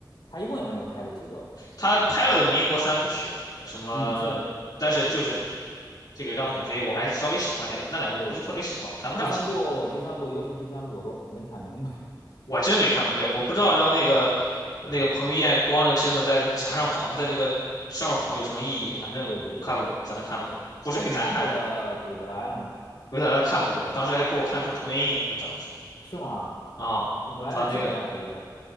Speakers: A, on the left (about 80°); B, on the left (about 60°).
A: 他一共也没有拍过几个，
B: 他拍了个民国三部曲，什么，
A: 嗯，是，
B: 但是就是这个《让子弹飞》，
A: 对
B: 我还稍微喜欢点儿吧，那两部不是特别喜欢，
A: 对，
B: 谈不上喜欢。
A: 第三部第三部，尤其第三部我都没看明白，
B: 我真没看明白，我不知道让那个
A: 嗯 <laughs>，
B: 那个彭于晏光着个身子在墙上跑，
A: 对
B: 在这个上面跑有什么意义，反正看不懂，
A: 对对对，
B: 咱看不懂，不是给咱看的，
A: 那你看过《鬼子来了》吗？
B: 为啥来看我？当时还给我看出童年阴影了，当时
A: 是吗？
B: 啊，
A: 《鬼子来了》是禁片儿有一阵儿，
B: 他那个